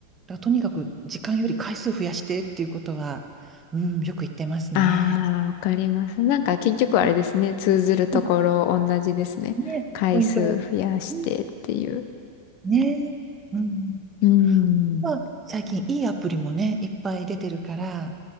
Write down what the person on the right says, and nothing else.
だからとにかく時間より回数増やしてっていうことは、うん、よく言ってますね。
うん、
うんね、
ポイントは、うんね、うんうん
まあ、最近いいアプリもね、いっぱい出てるから、